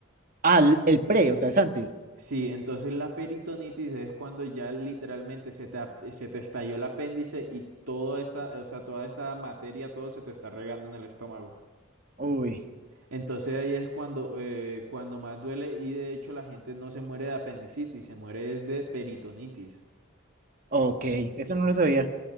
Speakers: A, on the right (about 40°); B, on the right (about 85°).
A: Ah, el, el pre, o sea, es antes.
B: Sí, entonces la peritonitis es cuando ya literalmente se te, ap- se te estalló el apéndice y toda esa, o sea, toda esa materia, todo se te está regando en el estómago.
A: Uy,
B: Entonces ahí es cuando, eh, cuando más duele y de hecho la gente no se muere de apendicitis, se muere es de peritonitis.
A: ok, eso no lo sabía.